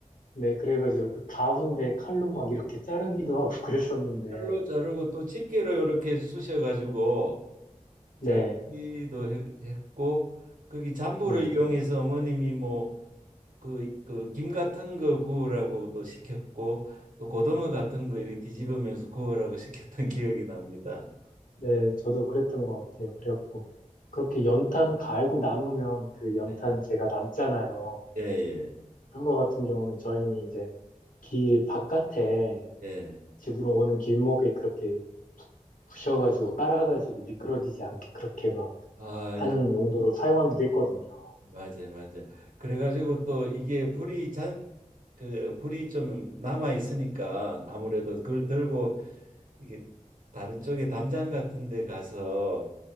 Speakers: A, on the left; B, on the right.
A: 네, 그래가지고 그 가운데 칼로 막 이렇게 자르기도 하고 <laughs> 그랬었는데,
B: 칼로 자르고 또 집게로 이렇게 쑤셔 가지고
A: 네,
B: 자르기도 해- 했고 거기 잠불을
A: 네,
B: 이용해서 어머님이 뭐 그, 그 김 같은 거 구우라고도 시켰고 또 고등어 같은 거 이렇게 뒤집으면서 구우라고 시켰던 <laughs> 기억이 납니다.
A: 네, 저도 그랬던 것 같아요. 그래갖고 그렇게 연탄 갈고 남으면 그 연탄
B: 네.
A: 제가 남잖아요.
B: 예, 예,
A: 그런 거 같은 경우는 저희는 이제 길 바깥에
B: 예.
A: 집으로 오는 길목에 그렇게 부셔가지고 깔아가지고 미끄러지지 않게 그렇게 막
B: 아,
A: 하는
B: 네.
A: 용도로 사용하기도 했거든요.
B: 맞아요, 맞아요. 그래가지고 또 이게 불이 잔, 그 불이 좀 남아 있으니까 아무래도 그걸 들고 이게 다른 쪽에 담장 같은 데 가서